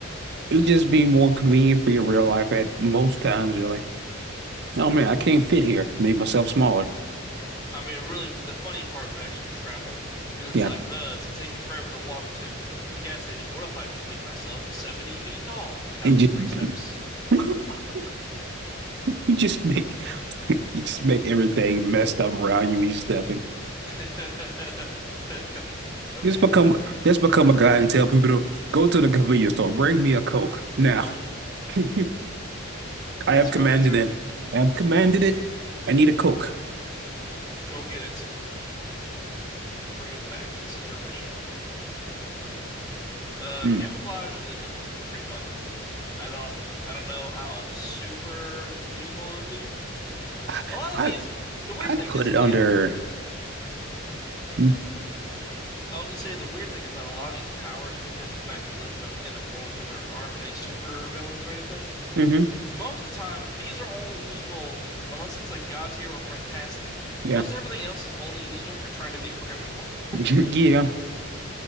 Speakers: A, on the right (about 55°); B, on the left (about 20°).
A: It'd just be more convenient for your real life at most times, really. Oh man, I can't fit here. Make myself smaller.
B: I mean, really, the funny part would actually be travel because it's
A: Yeah.
B: like, uh, it's gonna take me forever to walk to the gas station. What if I just make myself 70 feet tall? And now
A: and
B: it's
A: you
B: three steps.
A: <laughs> you just make you just make everything messed up around you when you are stepping.
B: <laughs> I
A: Just
B: mean,
A: become just become a guy and tell people to go to the convenience store, bring me a Coke. Now
B: mhm.
A: <laughs> I have
B: That's
A: commanded
B: the real answer.
A: it. I have commanded it. I need a Coke. <laughs>
B: Go get it. Bring it back. This is your mission. Uh,
A: Mm.
B: camouflage is pretty fun. I don't, I don't know how super useful it would be.
A: I,
B: A lot of
A: I
B: these, the weird
A: I'd
B: thing
A: put
B: is
A: it
B: in
A: under mm,
B: I was gonna say the weird thing about a lot of these powers, because of the fact that we live in a in a world where there aren't any super villains or anything,
A: mm-hmm.
B: most of the time these are only useful unless it's like God tier or fantastic.
A: Yeah.
B: Most everything else is only useful if you're trying to be a criminal. <laughs>
A: <laughs> Yeah.